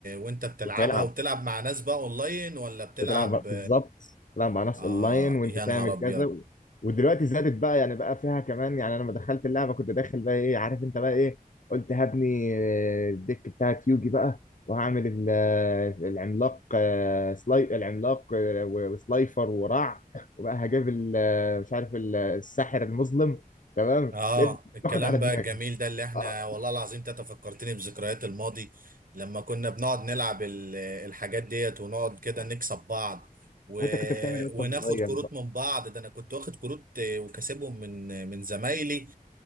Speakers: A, on the right; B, on the left.
A: وانت بتلعبها
B: وبتلعب
A: وبتلعب مع ناس بقى اونلاين ولا بتلعب
B: بتلعب بالظبط تلعب مع ناس
A: اه
B: اونلاين وانت
A: يا
B: تعمل
A: نهار ابيض
B: كذا و... ودلوقتي زادت بقى يعني بقى فيها كمان يعني انا لما دخلت اللعبه كنت داخل بقى ايه عارف انت بقى ايه قلت هبني آه، الديك بتاعت يوجي بقى وهعمل ال- آه، العملاق آه، سلاي العملاق آه، و- وسلايفر ورع وبقى هجيب ال- آه، مش عارف ال- آه، الساحر المظلم تمام
A: اه
B: لقيت
A: الكلام
B: باخد على دماغي
A: بقى الجميل ده اللي احنا
B: اه
A: والله العظيم انت فكرتني بذكريات الماضي لما كنا بنقعد نلعب ال- الحاجات ديت ونقعد كده
B: آه.
A: نكسب بعض و...
B: وانت كنت بتعمل ايه وانت
A: وناخد
B: صغير
A: كروت من بعض ده انا كنت واخد كروت آه، وكاسبهم من آه، من زمايلي